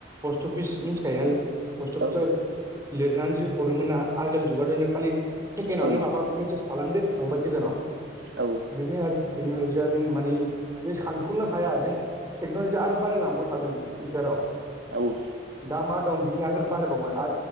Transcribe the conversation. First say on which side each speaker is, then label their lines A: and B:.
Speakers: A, on the right; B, on the right.
A: पस्ट अफिस मिथिखायोना पस्ट अफिसाव
B: औ
A: लिरनानैसो हरोमोन ना आजिखालि जुगाथ' नों खालि सेकेण्डआवनो
B: औ
A: माबा मेसेज खालामदो थांबाय गोजानाव।
B: औ
A: बेनो आरो टेक्न'लजिया जों माने बे सानख'नोनो हाया जों टेक्न'लजिआ आरो बारायलांबाय थागोन फिउचाराव।
B: औ।
A: दा मा दं बिनि आगोल बारायबावोन आ